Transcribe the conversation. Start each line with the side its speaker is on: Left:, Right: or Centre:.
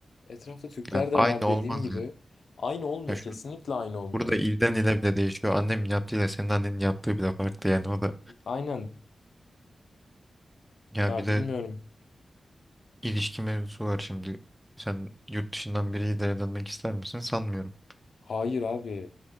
Left: Etrafta Türkler
Centre: ya
Left: de
Centre: aynı
Left: var dediğim
Centre: olmaz.
Left: gibi.
Centre: Ya
Left: Aynı olmuyor.
Centre: Ya şu,
Left: Kesinlikle aynı olmuyor.
Centre: burada ilden ile bile değişiyor. Annemin yaptığıyla senin annenin yaptığı bile farklı yani o da.
Left: Aynen.
Centre: Ya
Left: Ya
Centre: bir de
Left: bilmiyorum.
Centre: İlişki mevzusu var şimdi. Sen yurt dışından biriyle evlenmek ister misin? Sanmıyorum.
Left: Hayır abi.